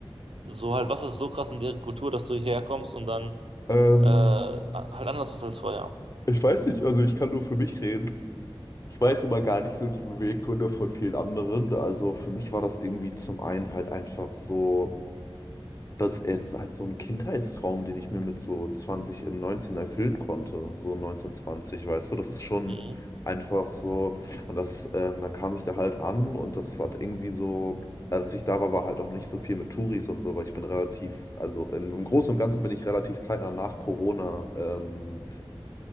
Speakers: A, on the right; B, on the left.
A: so halt, was ist so krass in deren Kultur, dass du hierher kommst und dann
B: Ähm,
A: äh, halt anders bist als vorher?
B: ich weiß nicht, also ich kann nur für mich reden. Ich weiß immer gar nicht so die Beweggründe von vielen anderen. Also für mich war das irgendwie zum einen halt einfach so. Das ist halt so ein Kindheitstraum, den ich mir mit so 20 in 19 erfüllen konnte, so 19 20, weißt du, das ist schon
A: Mhm.
B: einfach so. Und das, ähm, dann kam ich da halt an und das hat irgendwie so, als ich da war, war halt auch nicht so viel mit Touris und so, weil ich bin relativ, also im, im Großen und Ganzen bin ich relativ zeitnah nach Corona, ähm,